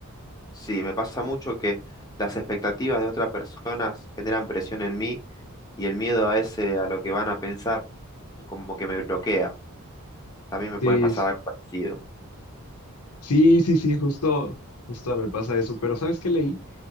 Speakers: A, on the left; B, on the left.
A: Sí, me pasa mucho que las expectativas de otras personas generan presión en mí y el miedo a ese, a lo que van a pensar, como que me bloquea. También me
B: Sí,
A: puede pasar
B: s-
A: algo parecido.
B: sí, sí, sí, justo, justo me pasa eso. Pero ¿sabes qué leí?